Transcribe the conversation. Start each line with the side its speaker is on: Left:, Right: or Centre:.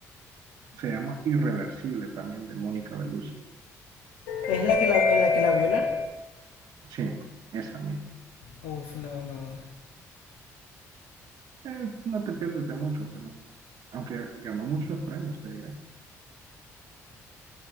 Right: Se llama Irreversible también de Mónica Bellucci.
Left: ¿Es la que la, en la que la violan?
Right: Sí, esa misma.
Left: Uf, no, no.
Right: Eh, no te pierdes de mucho, pero aunque ganó muchos premios, te diré.